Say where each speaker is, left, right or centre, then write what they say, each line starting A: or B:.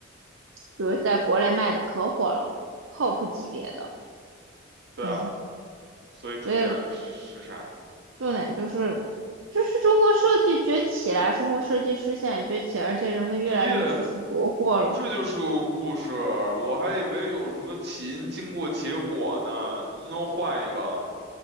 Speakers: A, on the right; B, on the right.
A: 就是在国内卖的可火了，top 级别的，
B: 对啊，
A: 嗯，
B: 所以重点是啥？
A: 所以重点就是，就是中国设计崛起啦，中国设计师现在崛起，而且人们越来越支持国货了，
B: 耶，这就是个故事，我还以为有什么起因、经过、结果呢，能不能换一个啊？